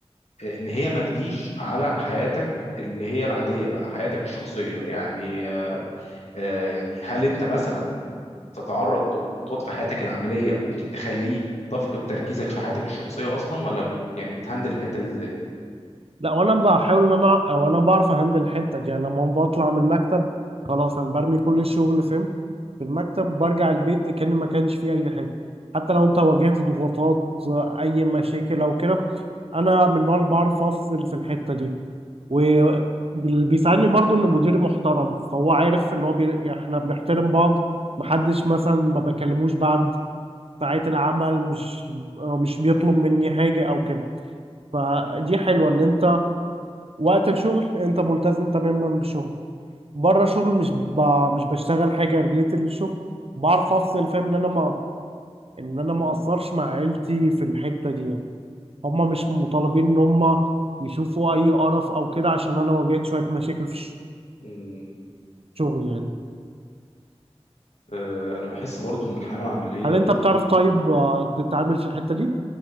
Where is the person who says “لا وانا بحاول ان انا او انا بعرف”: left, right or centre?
Right